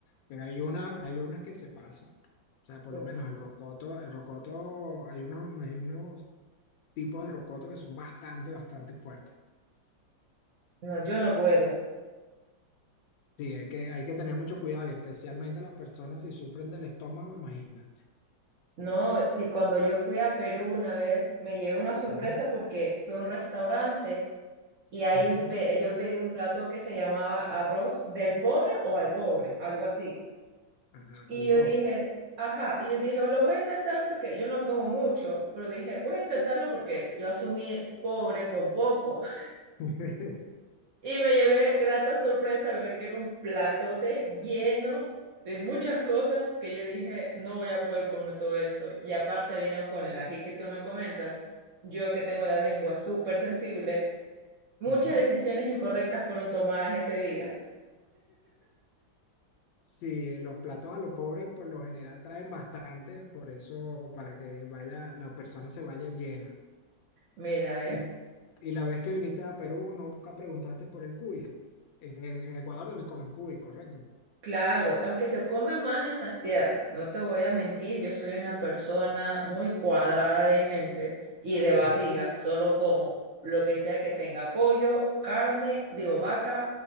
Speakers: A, on the left; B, on the right.
A: pero hay una, hay unas que se pasan. O sea, por
B: Mm,
A: lo menos
B: mm,
A: el rocoto, el rocoto, hay unos, hay unos tipos de rocoto que son bastante, bastante fuertes.
B: No, yo no puedo.
A: Sí, hay que, hay que tener mucho cuidado y especialmente las personas si sufren del estómago, imagínate.
B: No, sí, cuando yo fui a Perú una vez me llevé una sorpresa
A: Ujú.
B: porque fue a un restaurante Y ahí
A: Ujú.
B: ve- yo pedí un plato que se llamaba arroz del pobre o al pobre, algo así.
A: Ajá,
B: Y
A: a lo
B: yo
A: pobre.
B: dije, ajá, y yo dije, lo voy a intentar porque yo no como mucho, pero dije, voy a intentarlo porque yo asumí pobre con poco. <laughs>
A: <laughs>
B: Y me llevé grata sorpresa al ver que era un platote lleno de muchas cosas que yo dije, no voy a poder comer todo esto. Y aparte vino con el ají que tú me comentas, yo que tengo la lengua súper sensible, muchas
A: Ujú.
B: decisiones incorrectas fueron tomadas ese día.
A: Sí, eh, los platos a lo pobre por lo general traen bastante, por eso para que vaya, la persona se vaya llena.
B: Mira, ve,
A: Y, y la vez que viniste a Perú nunca preguntaste por el cuy. En, el- en Ecuador también comen cuy, correcto.
B: Claro, aunque se come más en la sierra, no te voy a mentir, yo soy una persona muy cuadrada de mente y de barriga,
A: Ujú.
B: solo como lo que sea que tenga pollo, carne, digo vaca